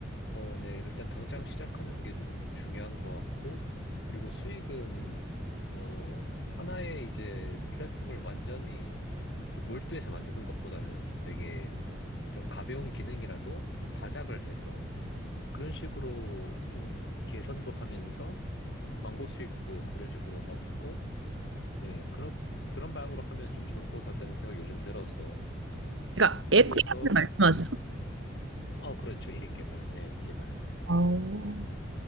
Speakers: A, on the left; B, on the right.
A: 어, 네. 일단 당장 시작하는 게 좀 중요한 것 같고, 그리고 수익은, 어, 하나의 이제 플랫폼을 완전히 좀 몰두해서 만드는 것보다는 되게 좀 가벼운 기능이라도 좀 다작을 해서 그런 식으로 좀 개선도 하면서 광고 수익도 그런 식으로 얻고, 예, 그런, 그런 방향으로 하면 좀 좋을 것 같다는 생각이 요즘 들어서.
B: 그러니까
A: 그래서,
B: 앱 개발을 말씀하시
A: 네. 어, 그렇죠. 1인 개발. 네, 개발.
B: 어.